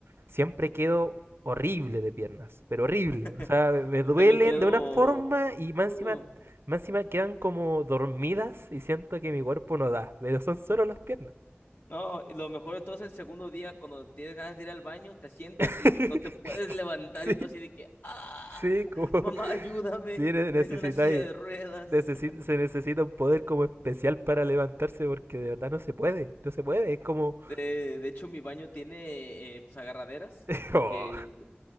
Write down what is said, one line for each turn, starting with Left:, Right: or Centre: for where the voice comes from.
Right: siempre quedo horrible de piernas, pero horrible.
Left: <laughs>
Right: O sea, me me
Left: Yo
Right: duelen
Left: también quedo...
Right: de una forma y más
Left: uh,
Right: encima más encima quedan como dormidas y siento que mi cuerpo no da, pero son solo las piernas.
Left: No, y lo mejor de todo es el segundo día, cuando tienes ganas de ir al baño, te sientas
Right: <laughs>
Left: y no te puedes levantar
Right: sí,
Left: y todo así de que, ¡ah!
Right: sí, como... <laughs>
Left: Mamá, ayúdame,
Right: Sí, ne-
Left: denme
Right: necesitáis...
Left: una silla de ruedas.
Right: necesi- se necesita un poder como especial para levantarse porque de verdad no se puede, no se puede, es como...
Left: de de hecho, mi baño tiene eh, pues, agarraderas,
Right: <laughs>
Left: porque
Right: Oh,